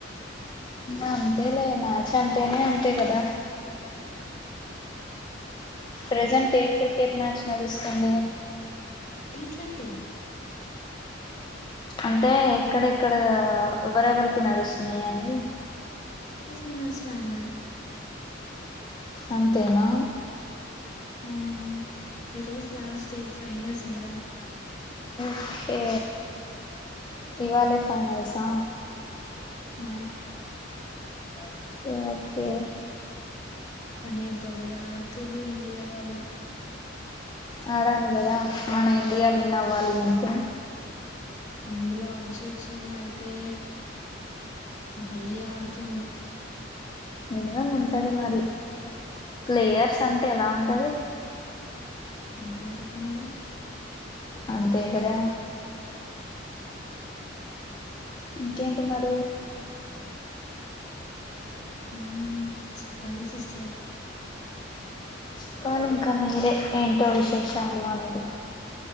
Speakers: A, on the left; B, on the left.
A: అంతేలే మ్యాచ్ అంటేనె అంతే కదా ప్రెజెంట్ ఏ క్రికెట్ మ్యాచ్ నడుస్తుంది
B: టీ ట్వంటీ
A: అంటే ఎక్కడెక్కడా ఎవరెవరికి నడుస్తుంది అనేది
B: న్యూజ్లాండ్
A: అంతేనా
B: ఆ ఈ రోజు లాస్ట్ డే ఫైనల్స్ గదా
A: ఓకే ఇవాలే ఫైనల్సా
B: ఆ
A: ఓకే ఓకే
B: కానీ భలే ఆడుత్రు ఇండియా వాళ్ళు
A: ఆడాలి కదా మన ఇండియా విన్ అవ్వాలి అంటె.
B: అందులో అభిషేక్ శర్మ అయితే భలే ఆడుతుండు
A: మినిమమ్ ఉంటది మరి ప్లేయర్స్ అంటె ఎలా ఉంటది.
B: అంతే కదా మల్ల
A: అంతే కదా ఇంకేంటి మరి
B: ఉ చెప్పాలి సిస్టర్
A: చెప్పాలి ఇంకా మీరే ఏంటో విశేషలు అనేది